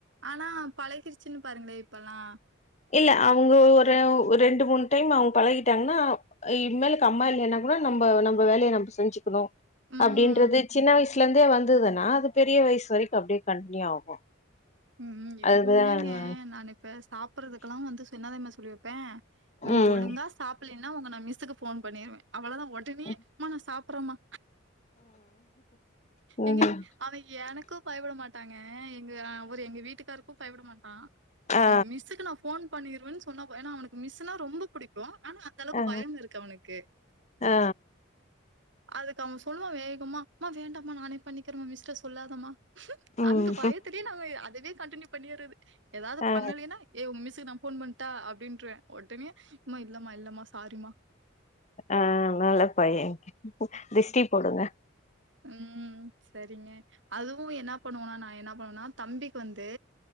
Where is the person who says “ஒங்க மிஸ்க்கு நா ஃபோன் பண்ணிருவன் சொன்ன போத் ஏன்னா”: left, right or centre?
Right